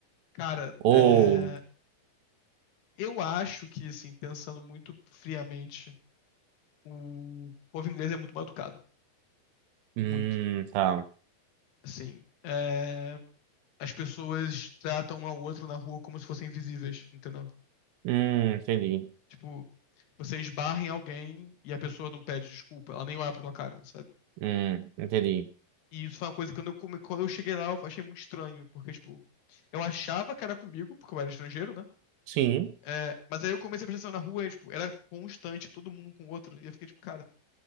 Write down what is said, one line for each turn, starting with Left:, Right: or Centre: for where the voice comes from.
Left: Cara,
Right: Ou,
Left: é, eu acho que assim, pensando muito friamente, o povo inglês é muito mal educado,
Right: hum,
Left: muito.
Right: tá.
Left: Assim, é, as pessoas tratam um ao outro na rua como se fossem invisíveis, entendeu?
Right: Hum, entendi.
Left: Tipo, você esbarra em alguém e a pessoa não pede desculpa, ela nem olha pra tua cara, sabe?
Right: Hum, entendi.
Left: E isso foi uma coisa que quando eu, come- quando eu cheguei lá eu achei muito estranho, porque, tipo, eu achava que era comigo, porque eu era estrangeiro, né?
Right: Sim.
Left: É, mas aí eu comecei a prestar atenção na rua e, tipo, era constante, todo mundo um com o outro, e eu fiquei, tipo, cara,